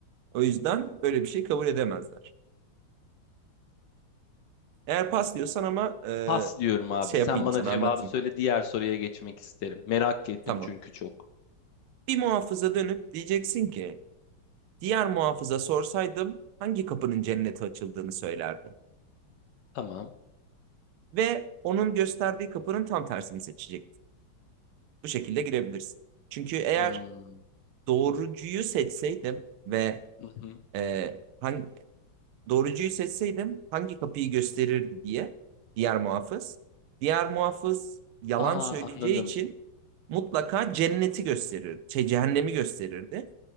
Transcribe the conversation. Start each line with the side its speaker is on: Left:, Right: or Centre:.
Right: O yüzden böyle bir şey kabul edemezler. Eğer pas diyorsan ama e,
Left: Pas diyorum abi.
Right: şey
Left: Sen
Right: yapayım
Left: bana
Right: sana
Left: cevabı
Right: anlatayım.
Left: söyle. Diğer soruya geçmek isterim. Merak ettim
Right: Tamam.
Left: çünkü çok.
Right: Bir muhafıza dönüp diyeceksin ki diğer muhafıza sorsaydım hangi kapının cennete açıldığını söylerdi.
Left: Tamam.
Right: Ve onun gösterdiği kapının tam tersini seçecekti. Bu şekilde girebilirsin. Çünkü eğer
Left: Hmm.
Right: doğrucuyu seçseydim ve
Left: Hı hı.
Right: e, hangi, doğrucuyu seçseydim hangi kapıyı gösterirdi diye diğer muhafız. Diğer muhafız yalan
Left: Aa
Right: söyleyeceği
Left: anladım.
Right: için mutlaka cenneti gösterir, şey, cehennemi gösterirdi.